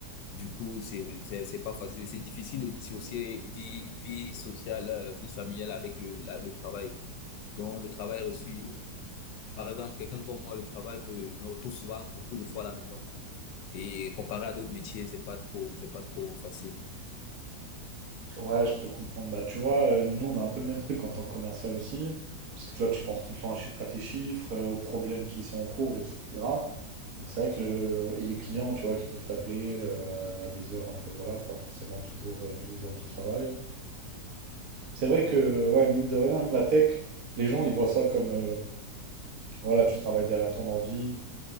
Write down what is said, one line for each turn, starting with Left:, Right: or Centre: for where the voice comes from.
Left: Du coup, c'est, c'est, c'est pas facile. C'est difficile de dissocier vie, vie sociale, euh, vie familiale avec le, la- le travail. Donc, le travail reçu, par exemple, quelqu'un comme moi, le travail me, me retrouve souvent beaucoup de fois à la maison. Et comparé à d'autres métiers, c'est pas trop, c'est pas trop facile.
Right: Ouais, je peux comprendre. Bah, tu vois, euh, nous, on a un peu le même truc en tant que commercial aussi. Parce que tu vois, tu penses tout le temps à, chi- à tes chiffres, euh, aux problèmes qui sont en cours, etc. Donc, c'est vrai que le, et les clients, tu vois, qui peuvent t'appeler euh, à, à des heures un peu, voilà, pas forcément toujours euh, les heures de travail. C'est vrai que, ouais, mine de rien, la tech, les gens, ils voient ça comme, euh, voilà, tu travailles derrière ton ordi,